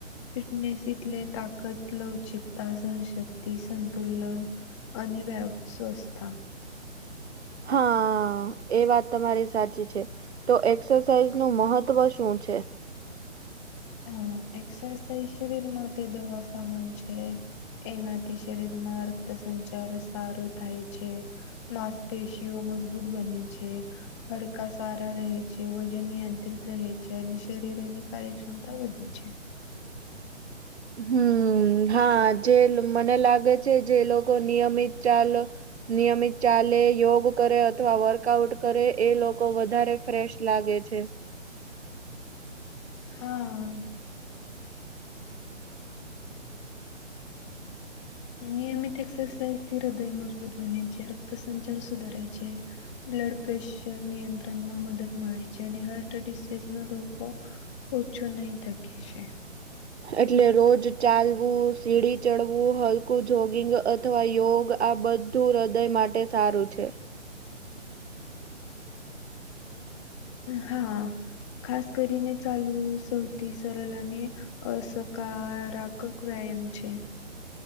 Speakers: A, on the left; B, on the right.
A: ફિટનેસલે તાકત લવચિકતા સનશક્તિ સંતુલ ન અને વ સ્વસ્થ.
B: હા એ વાત તમારી સાચી છે. તો એક્સરસાઇઝ નું મહત્વ શું છે.
A: હમ એક્સરસાઇઝ શરીર માટે દવા સામાન છે. એનાથી શરીર માં રક્ત સંચાર સારૂ થાય છે. માંસપેશીઓ મજબૂત બને છે. હડકા સારા રહે છે વજન નિયંત્રિત રહે છે અને શરીરની કાર્યક્ષમ તા વધે છે.
B: હમ હા જે મને લાગે છે જે લોકો નિયમિત ચાલ નિયમિત ચાલે યોગ કરે અથવા વર્કઆઉટ કરે એ લોકો વધારે ફ્રેશ લાગે છે.
A: હા. નિયમિત એક્સરસાઇઝથી હૃદય મજબૂત બને છે રક્ત સંચાર સુધારાય છે. બ્લડ પ્રેશર નિયંત્રણમાં મદદ મળે છે અને હાર્ટ ડસીઝ ન ધોકો. ઓછું નહી થકે છે.
B: એટલે રોજ ચાલવું સીડી ચડવું હલકું જોગિંગ અથવા યોગ આ બધ. તુ હૃદય માટે સારું છે.
A: હા. ખાસ કરીને ચાલવું સૌથી સરળ અને અકારાત્ક વ્યાયામ છે.